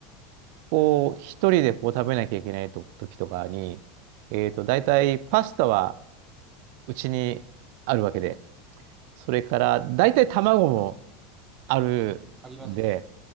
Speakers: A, on the right; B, on the right.
A: こう、一人でこう食べなきゃいけないと時とかに、えっと、大体パスタはうちにあるわけで、それから、大体卵も、あるんで、
B: ありますね。